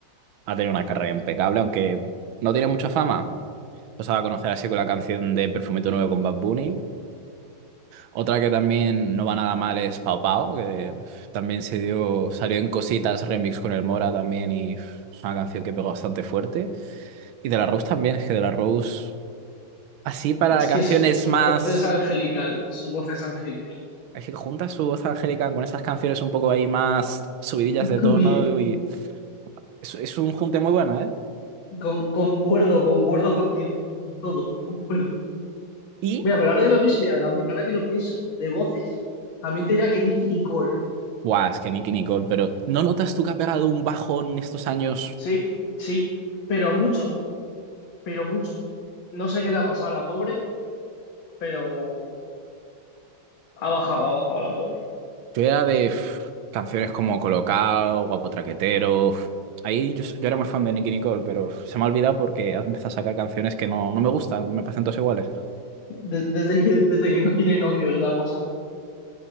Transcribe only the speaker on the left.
es
que su, su
voz es angelical, su voz es angelical.
<laughs>
Su
con, concuerdo, concuerdo contigo, eh, en todo, concuerdo.
Mira, pero ahora que lo pienso, mira, también, ahora que lo pienso, de voces, también te diría que Nicki Nicole.
Sí, sí, pero mucho. pero mucho. No sé qué le ha pasado a la pobre, pero ha bajado, ha bajado la pobre.
De- desde que, desde que no tiene novio y la ha pasado.